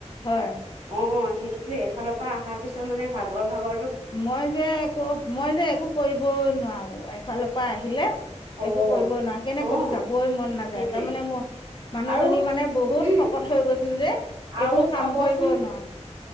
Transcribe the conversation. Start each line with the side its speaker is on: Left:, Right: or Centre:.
Left: হয়
Right: অ সেইটোে এফালৰ পৰা অহাৰ পিছত মানে ভাগৰ ভাগৰ
Left: মই যে একো মই যে একো কৰিব নোৱাৰো এফালৰ পৰা আহিলে
Right: অ
Left: একো কৰিবই নোৱাৰ কেনে
Right: অ
Left: ক'তো যাবই মন নাযায়
Right: সেইটোৱে
Left: তাৰমানে মোৰ মানুহজনী
Right: আৰু
Left: মানে বহুত
Right: উম
Left: শকত হৈ গৈছিল যে
Right: আৰু
Left: একো কাম
Right: চাবচোন
Left: কৰিব নোৱাৰোঁ